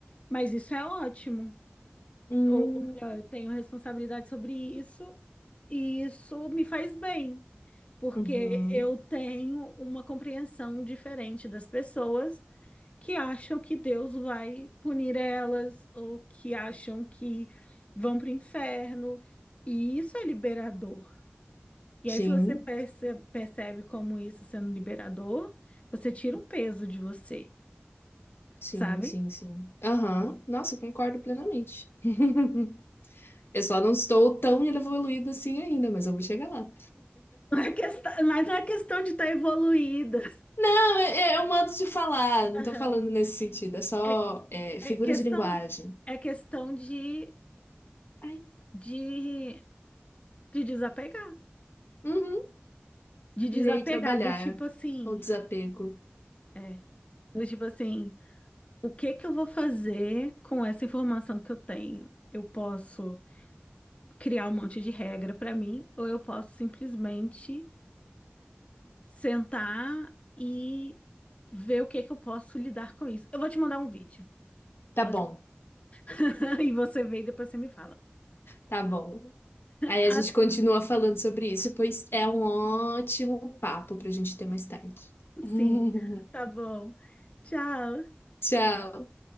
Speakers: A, on the left; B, on the left.
A: mas isso é ótimo.
B: Hum.
A: Ou, ou melhor, eu tenho responsabilidade sobre isso e isso me faz bem, porque
B: Uhum.
A: eu tenho uma compreensão diferente das pessoas que acham que Deus vai punir elas ou que acham que vão para o inferno. E isso é liberador. E
B: Sim.
A: aí, se você perce- percebe como isso sendo liberador, você tira um peso de você,
B: Sim,
A: sabe?
B: sim, sim. Aham. Nossa, eu concordo plenamente. <laughs> Eu só não estou tão evoluída assim ainda, mas eu vou chegar lá.
A: <laughs> Não é questão, mas não é questão de estar evoluída.
B: Não, é, é um modo de falar, não
A: Aham.
B: tô falando nesse sentido, é só
A: É,
B: é,
A: é
B: figura
A: questão,
B: de linguagem.
A: é questão de,
B: Ai.
A: de, de desapegar.
B: Uhum.
A: De desapegar
B: Irei trabalhar.
A: do tipo assim.
B: O desapego.
A: É, do tipo assim. O que que eu vou fazer com essa informação que eu tenho? Eu posso criar um monte de regra para mim, ou eu posso simplesmente sentar e ver o que que eu posso lidar com isso. Eu vou te mandar um vídeo.
B: Tá
A: Eu
B: bom,
A: vou te- <laughs> e você vê e depois você me fala.
B: tá bom. Aí
A: Ah,
B: a gente continua falando sobre isso, pois é um ótimo papo pra gente ter mais tarde. <laughs>
A: sim, tá bom. Tchau.
B: Tchau.